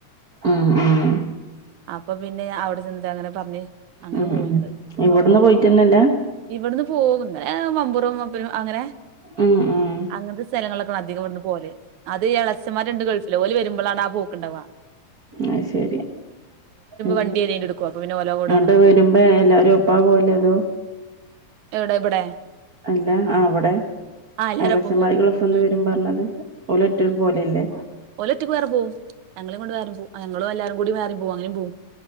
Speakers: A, on the right; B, on the right.
A: ഉ ഉ
B: അപ്പൊ പിന്നെ അവിടെ ചെന്നിട്ട് അങ്ങനെ പറഞ്ഞ് അങ്ങനെ
A: ഉം
B: പോവുന്നുണ്ട്
A: ഉം ഇവിട്ന്ന് പോയിട്ടന്നെല്ല
B: ഇവിന്ന് അങ്ങനെ മമ്പുറം മ അങ്ങനെ
A: ഉം ഉം
B: അങ്ങനത്തെ സ്തലങ്ങളിലൊക്കെ അധികം ഇവിട്ന്ന് പോകല് അത് എള ചുൻമാ ര്ണ്ട് ഗൾഫില്ഓല്‌വരുമ്പോ ഇപളാണ് ആ പോ കുണ്ടാവുക
A: അത് ശരി ഉ
B: വണ്ടി ഏതേലും എടുക്കും അപ്പൊ പിന്നെ ഓലെ കൂടെ
A: അങ്ങട്ട്
B: അങ്ങനെ
A: വരുമ്പോ
B: പോവും
A: എല്ലാരും ഒപ പോകല് അതോ ഉം <inaudible>
B: എവിടെ ഇബ്ടെ
A: അല്ല ആ അവിടെ
B: എല്ലാരും
A: ഇളച്ചമാരികള
B: ഒപ്പം പോവും
A: ഗൾഫ്ന്ന്വരുമ്പ
B: ഉം ഉം
A: എന്ന്പറഞ്ഞത് ഒലു റ്റക്ക് പോലല്ലേ
B: ഓലറ്റക്ക് വേറെ പോകും ഞങ്ങളൊണ്ട് ഞങ്ങള് എല്ലാരും കൂടി വേറി പോ അങ്ങനും പോവും